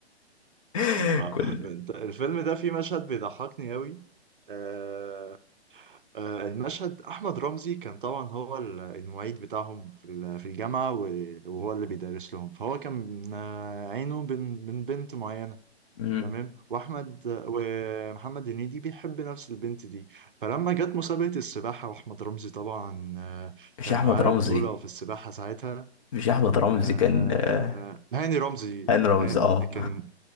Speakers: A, on the left; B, on the right.
A: <laughs>
B: آه،
A: كل
B: انت- الفيلم ده فيه مشهد بيضحكني قوي آه، آه، المشهد احمد رمزي كان طبعا هو ال- المعيد بتاعهم في ال- في الجامعه و- وهو اللي بيدرس لهم فهو كان آه، عينه بين بين بنت معينه
A: مم.
B: تمام واحمد ومحمد هنيدي بيحب نفس البنت دي فلما جت مسابقه السباحه واحمد رمزي طبعا آه،
A: مش
B: كان
A: احمد
B: معاه
A: رمزي
B: بطوله في السباحه ساعتها
A: مش احمد رمزي
B: آه،
A: كان آه،
B: هاني رمزي
A: هاني رمزي
B: آه،
A: اه
B: كان